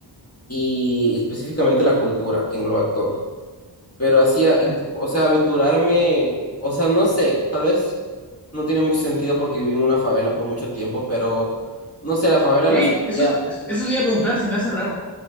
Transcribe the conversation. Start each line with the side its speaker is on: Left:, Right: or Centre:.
Left: y específicamente la cultura que engloba todo. Pero así, a- inclu-
Centre: entiendo.
Left: o sea, aventurarme, o sea, no sé, tal vez no tiene mucho sentido porque viví en una favela por mucho tiempo, pero no sé, la favela
Centre: Sí,
Left: la sentía...
Centre: eso, eso eso te iba a preguntar, se me hace raro,